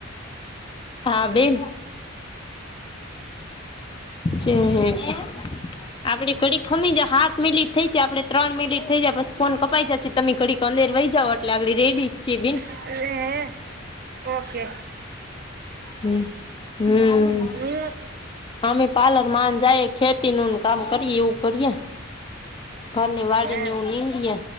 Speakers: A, on the left; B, on the right.
A: હા બેન જે આપડે ઘડી ખમી જાય હાત મિલીટ થઇ છે આપડે ત્રણ મિલીટ થઇ જાય પસી ફોન કપાઈ જાશે તમે ઘડીક અંદર વહી જાઓ એટલે આગળ રેડી જ છે બીન
B: <unintelligible> ઓકે
A: હમ્મ.
B: હું
A: અમે પારલર માન જાયે ખેતી નું કામ કરીએ એવું કરીએ ઘરની વાડી
B: હે
A: ને એવું નીંદીએ